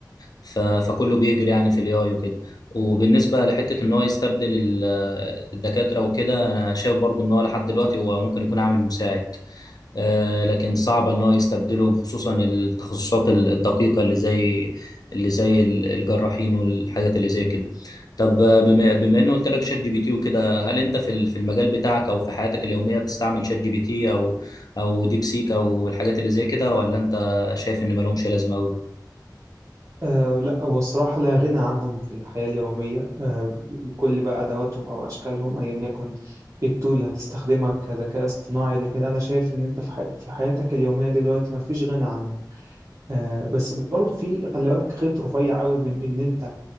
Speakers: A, on the left; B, on the right.
A: ف- فكله بيجري يعني في الاي اي وكده وبالنسبة لحتة إن هو يستبدل ال- الدكاترة وكده أنا شايف برضو إن هو لحد دلوقتي هو ممكن يكون عامل مساعد آه، لكن صعب إن هو يستبدلهم خصوصا التخصصات ال- الدقيقة اللي زي اللي زي ال- الجراحين والحاجات اللي زي كده طب آه، بما بما إنه قلت لك شات جي بي تي وكده هل أنت في ال- في المجال بتاعك أو في حياتك اليومية بتستعمل شات جي بي تي أو أو ديب سيك أو الحاجات اللي زي كده ولا أنت شايف إن مالهمش لازمة أوي؟
B: آه لا هو الصراحة لا غنى عنهم في الحياة اليومية آه بكل بقى أدواتهم أو أشكالهم أيا يكن إيه التول اللي هتستخدمها كذكاء اصطناعي لكن أنا شايف إن أنت في, حي في حياتك اليومية دلوقتي ما فيش غنى عنهم آه بس برضه في خلي بالك خيط رفيع قوي بين إن أنت